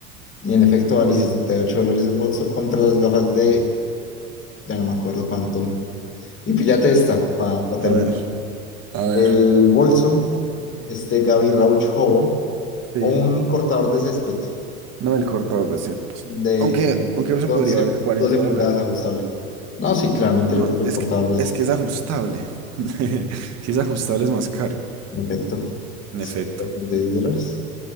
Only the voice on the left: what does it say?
Y en efecto vale
68 dólares el bolso contra las gafas de ya no me acuerdo cuánto. Y píllate esta, para
terminar.
El bolso, este Gaby Rauchovo,
o un cortador de césped
de
11,
12 pulgadas
ajustable. No, sí, claramente
yo creo que el
cortador
de
césped.
En efecto,
136
dólares.